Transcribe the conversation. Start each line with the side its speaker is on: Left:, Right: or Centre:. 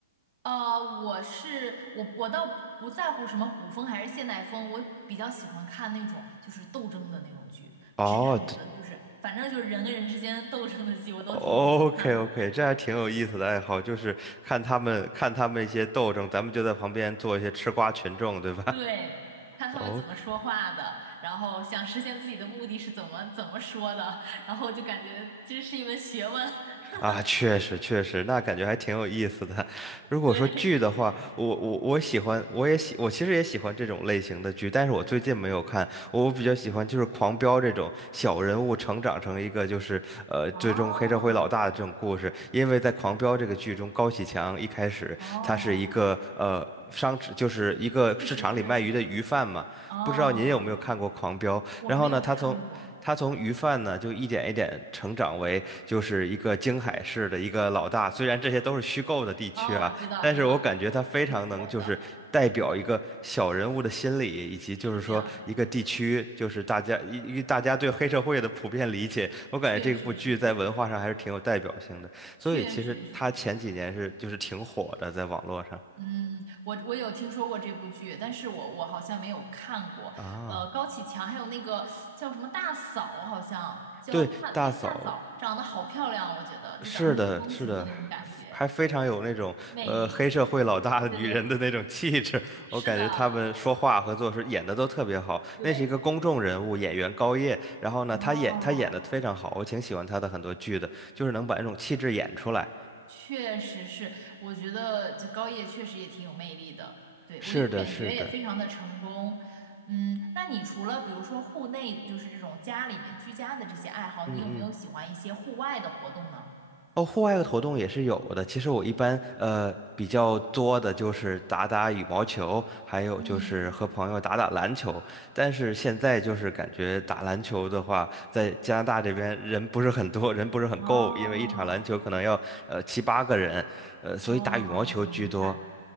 Right: 呃，我是我，我倒不在乎什么古风还是现代风，我比较喜欢看那种就是斗争的那种剧，
Centre: 哦，
Right: 职场的，
Centre: 对
Right: 就是反正就是人跟人之间斗争的剧，我都挺喜欢看的。
Centre: ，OK OK，
Right: <laughs>
Centre: 这还挺有意思的爱好，就是看他们看他们一些斗争，咱们就在旁边做一些吃瓜群众，对吧？
Right: 对，看他们怎么说话的，
Centre: <laughs>
Right: 然后想实现自己的目的是怎么怎么说的，然后就感觉这是一门学问。<laughs>
Centre: 啊，确实确实，那感觉还挺有意思的。如果说剧的话，
Right: 对，
Centre: 我我我喜欢，我也喜，我其实也喜欢这种类型的剧，但是我最近没有看。我比较喜欢就是《狂飙》这种小人物成长成一个就是呃最终黑社会老大的这种故事，
Right: 哦
Centre: 因为在《狂飙》这个剧中，高启强一开始他是一个呃。
Right: 哦，
Centre: 商职就是一个市场里卖鱼的鱼贩嘛，
Right: 确实确实，哦，
Centre: 不知道您有没有看过《狂飙》？
Right: 我没有看过，
Centre: 然后呢，他从他从鱼贩呢，就一点一点成长为就是一个京海市的一个老大。虽然这些都是虚构的地区啊，
Right: 哦，我知道知道，
Centre: 但是我感觉他非常能就是代表一个小人物的心理，
Right: 挺火的，是的。
Centre: 以及就是说一个地区，
Right: 是这样，
Centre: 就是大家一一大家对黑社会的普遍理解。我感觉这部剧在文化上还是挺有代表性的，
Right: 确实是，确实是。
Centre: 所以其实他前几年是就是挺火的，在网络上
Right: 嗯，我我有听说过这部剧，但是我我好像没有看过。
Centre: 啊。
Right: 呃，高启强还有那个叫什么大嫂，好像叫大那个大嫂，
Centre: 对，大嫂，
Right: 长得好漂亮，我觉得就长得很有风情的那种感觉，
Centre: 是的，是的，还非常有那种呃黑社会老大的女人的那种气质。
Right: 魅力。对对对，是的，
Centre: 我感觉他们说话和做事演的都特别好。
Right: 对。
Centre: 那是一个公众人物，演员高叶，然后呢，
Right: 哦，
Centre: 他演他演的非常好，我挺喜欢他的很多剧的，就是能把那种气质演出来。
Right: 确实是，我觉得就高叶确实也挺有魅力的。对，
Centre: 是的，
Right: 我觉得选角也非常的成功。
Centre: 是的，
Right: 嗯，那你除了比如说户内，就是这种家里面居家的这些爱好，
Centre: 嗯嗯。
Right: 你有没有喜欢一些户外的活动呢？
Centre: 哦，户外的活动也是有的。其实我一般呃比较多的就是打打羽毛球，还有就是和朋友打打篮球。
Right: 嗯，
Centre: 但是现在就是感觉打篮球的话，在加拿大这边人不是很多，人不是很够，
Right: 哦
Centre: 因为一场篮球可能要呃七八个人，呃，
Right: 哦，
Centre: 所以打羽毛球居多。
Right: 明白。